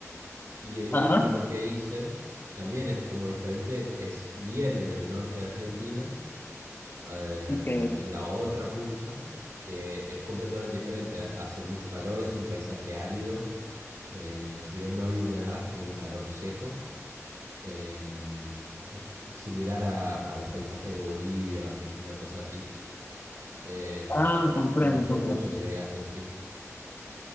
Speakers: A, on the right (about 90°); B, on the left (about 40°).
A: Y el último
B: ajá,
A: que hice también es como diferente, es bien en el norte de Argentina, eh,
B: ok.
A: en la otra punta. que es completamente diferente, hace mucho calor, es un paisaje árido, Eh, si bien no hay humedad, es como un calor seco. Em, es similar a, a los paisajes de Bolivia, una cosa así. Eh,
B: Ah, comprendo,
A: me gustó
B: comprendo.
A: mucho ese viaje, sí.